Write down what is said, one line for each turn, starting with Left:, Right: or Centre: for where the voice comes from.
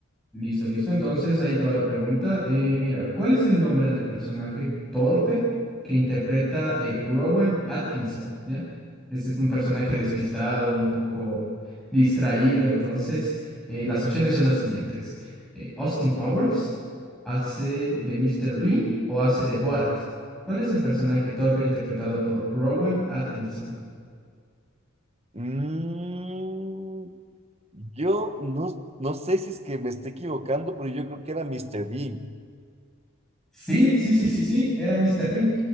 Centre: Listo, listo. Entonces ahí te va la pregunta. Eh, mira, ¿cuál es el nombre del personaje torpe que interpreta eh, Rowan Atkinson? ¿Ya? Este es un personaje despistado, un poco distraído. Entonces, eh, las opciones son las siguientes. Eh, Austin Powers hace de Mr. Bean o hace de Borat. ¿Cuál es el personaje torpe interpretado por Rowan Atkinson?
Right: Mm, Yo no, no sé si es que me estoy equivocando, pero yo creo que era Mr. Bean.
Centre: Sí, sí, sí, sí, sí, era Mr. Bean.